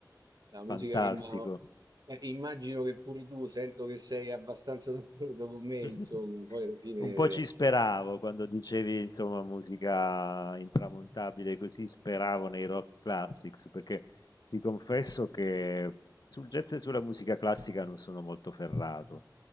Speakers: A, on the right; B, on the left.
A: La musica
B: fantastico.
A: che mi ha... eh, immagino che pure tu, sento che sei abbastanza <laughs> d'accordo con me,
B: <laughs>
A: insomma, poi alla fine...
B: Un
A: eh.
B: po' ci speravo quando dicevi, insomma, musica intramontabile, così speravo nei rock classics, perché ti confesso che sul jazz e sulla musica classica non sono molto ferrato.